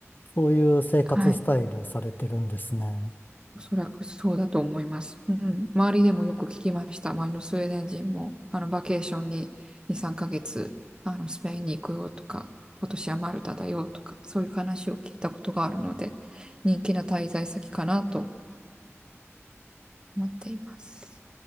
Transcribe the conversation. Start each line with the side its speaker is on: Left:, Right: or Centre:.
Left: そういう生活スタイルされてるんですね。
Right: はい、おそらくそうだと思います。うん、周りでもよく聞きました。周りのスウェーデン人もあのバケーションに2、3ヶ月あのスペインに行くよとか、今年はマルタだよとか、そういう話を聞いたことがあるので、人気な滞在先かなと思っています。